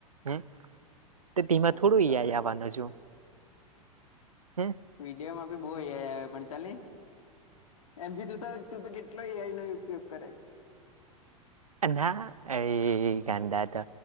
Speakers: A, on the right; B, on the left.
A: હમ્મ તો તેમાં
B: હા
A: થોડું
B: તો
A: અ આઈ આવવાનો જો. હે
B: વિડીયોમાં ભી બો આ ઈ પણ ચાલની એમ ભી તું તો તું તો કેટલો એ આઈ નો ઉપયોગ કરે.
A: ના એ ગાંધા તો